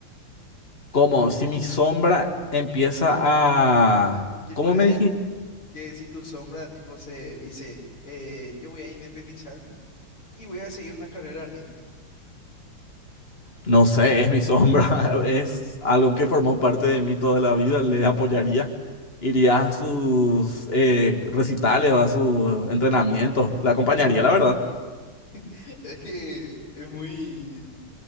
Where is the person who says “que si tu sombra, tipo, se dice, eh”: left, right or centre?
Left